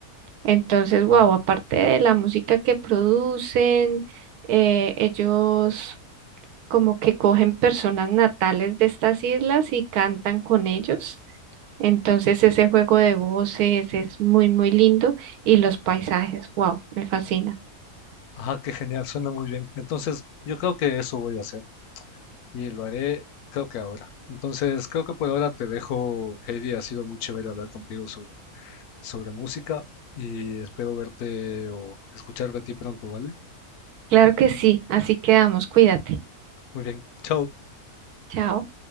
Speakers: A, on the right (about 90°); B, on the left (about 85°).
A: Entonces, wow,
B: Ah,
A: aparte de la música que producen, eh, ellos como que cogen personas natales de estas islas y cantan con ellos. Entonces, ese juego de voces es muy, muy lindo y los paisajes, wow, me fascina.
B: ajá, qué genial, suena muy bien. Entonces, yo creo que eso voy a hacer y lo haré, creo que ahora. Entonces, creo que por ahora te dejo, Heidi. Ha sido muy chévere hablar contigo sobre, sobre música y espero verte o escuchar de ti pronto, ¿vale?
A: Claro que sí, así quedamos, cuídate.
B: Muy bien, chao.
A: Chao.